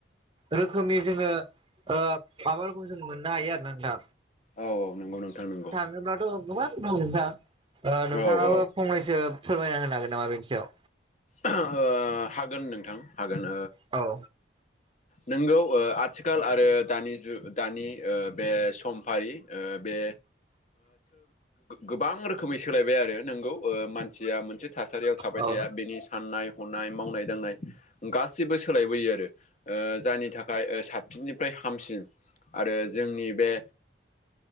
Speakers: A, on the right; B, on the left.
A: रोखोमनि जोङो माबाफोरखौ जों मोननो हायो आरो ना दा
B: औ औ नंगौ नोंथां नंगौ
A: होनोब्लाथ' गोबां दं नोंथाङा नोंथाङाबो
B: औ औ
A: फंनैसो फोरमायना होनो हागोन नामा बेनि सायाव
B: आ हागोन नोंथां हागोन
A: औ
B: नोंगौ आथिखाल आरो दानि जुग दानि बे समफारि बे गोबां रोखोमै सोलायबाय आरो नोंगौ मानसिया मोनसे थासारियाव थाबाय
A: औ
B: थाया बेनि साननाय हनाय मावनाय दांनाय गासिबो सोलायबोयो आरो जायनि थाखाय साबसिननिफ्राय हामसिन आरो जोंनि बे